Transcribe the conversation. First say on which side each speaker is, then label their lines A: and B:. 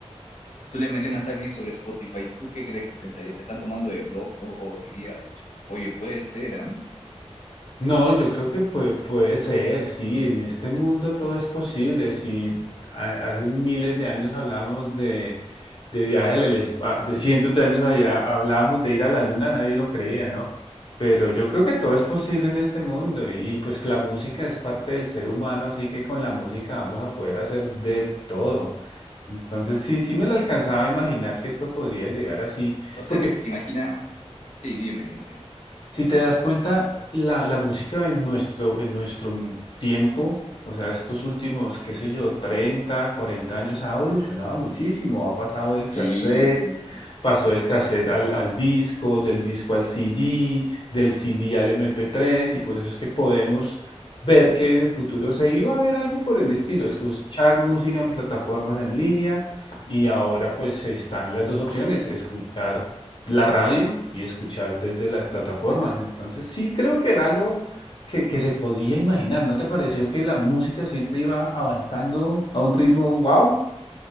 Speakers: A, on the left (about 80°); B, on the left (about 45°).
A: tú le mencionas a alguien sobre Spotify, ¿tú qué crees que pensaría? ¿Te están tomando de loco o dirías, oye, puede ser, ¿ah?
B: No, yo creo que puede, puede ser, sí, en este mundo todo es posible. Si ha- hace miles de años hablamos de de viaje al espacio, de cientos de años había, hablábamos de ir a la luna, nadie lo creía, ¿no? Pero yo creo que todo es posible en este mundo y, y pues la música es parte del ser humano, así que con la música vamos a poder hacer de todo. Entonces sí, sí me lo alcanzaba a imaginar que esto podría llegar así,
A: O sea,
B: porque
A: imagina, sí, dime, dime, dime.
B: si te das cuenta, la, la música en nuestro, en nuestro tiempo, o sea, estos últimos, qué sé yo, 30 40 años ha evolucionado muchísimo, ha pasado del cassette
A: Sí, sí, sí.
B: pasó del cassette al, al disco, del disco al CD, del CD al MP3, y por eso es que podemos ver que en el futuro se iba a ver algo por el estilo, escuchar música en plataformas en línea, y ahora pues están las dos opciones, escuchar la radio y escuchar desde las plataformas. Entonces sí creo que era algo que, que se podía imaginar. ¿No te pareció que la música siempre iba avanzando a un ritmo wow?